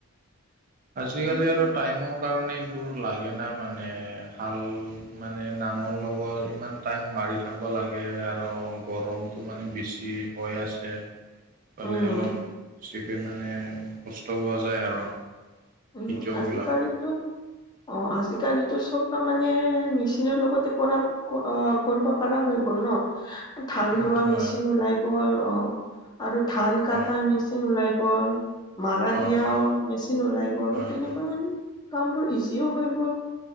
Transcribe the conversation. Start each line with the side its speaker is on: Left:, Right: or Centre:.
Right: আজিকালি
Left: উম
Right: আৰু টাইমৰ কাৰণে এইবোৰ লাগে না মানে ভাল। মানে নাঙল লগ'ব ইমান টাইম মাৰি থাকিব লাগে আৰু গৰমটো মানে বেছি। হৈ আছে পালে
Left: উম
Right: অলপ বেচিপি মানে কষ্ট পোৱা যায় আৰু
Left: উম
Right: খেতিয়কবিলাক
Left: আজি কালিটো।
Right: <inaudible>
Left: অ আজিকালিতো চব কাম মানে মেচিনৰ লগতে কৰা। অ কৰিব পাৰা হৈ গ'ল ন। ধান
Right: উম,
Left: ৰোৱা
Right: হয়
Left: মেচিন ওলাই গ'ল অ আৰু ধান কটা
Right: হয়
Left: মেচিন ওলাই গ'ল। মাৰা
Right: অঁ
Left: দিয়া
Right: অঁ
Left: অ মেচিন ওলাই গ'ল
Right: হয়
Left: তেনেকৈ
Right: হয়
Left: মানে কামবোৰ ইজিও হৈ গ'ল।